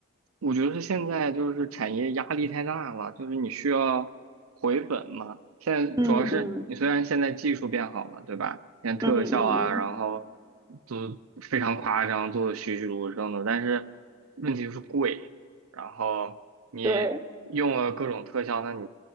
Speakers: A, on the right; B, on the right.
A: 我觉得是现在就是产业压力太大了，就是你需要回本嘛。现在主要是你虽然现在技术变好了，
B: 嗯嗯
A: 对吧？像特效啊，
B: 嗯嗯嗯，
A: 然后都非常夸张，做的栩栩如生的，但是问题就是贵。然后你用了各种特效，
B: 对，
A: 那你